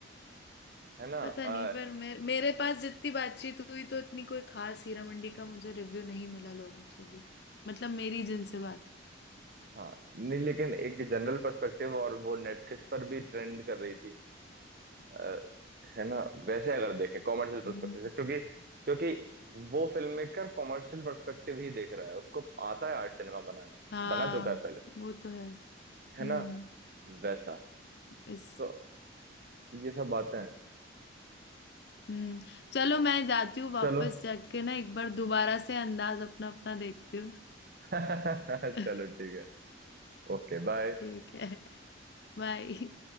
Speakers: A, on the right (about 50°); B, on the left (about 60°).
A: है ना
B: पता नहीं
A: अ,
B: पर मेरे मेरे पास जितनी बातचीत हुई तो इतनी कोई खास हीरा मंडी का मुझे रिव्यू नहीं मिला लोगों से भी मतलब मेरी जिनसे बात
A: हाँ नहीं लेकिन एक जनरल पर्सपेक्टिव और वो नेटफ्लिक्स पर भी ट्रेंड कर रही थी अ, है ना वैसे अगर देखें कॉमर्शियल पर्सपेक्टिव
B: हम्म।
A: से क्योंकि क्योंकि वो फिल्म मेकर कॉमर्शियल पर्सपेक्टिव ही देख रहा है उसको आता है आर्ट सिनेमा बनाना
B: हाँ
A: बना चुका है पहले
B: वो तो है हम्म
A: है ना वैसा
B: इस
A: तो ये सब बातें हैं
B: हम्म चलो मैं जाती हूँ वापस
A: चलो
B: जाके ना एक बार दोबारा से अंदाज अपना अपना देखती हूँ
A: <laughs>
B: <laughs>
A: चलो ठीक है Okay bye
B: ठीक है बाय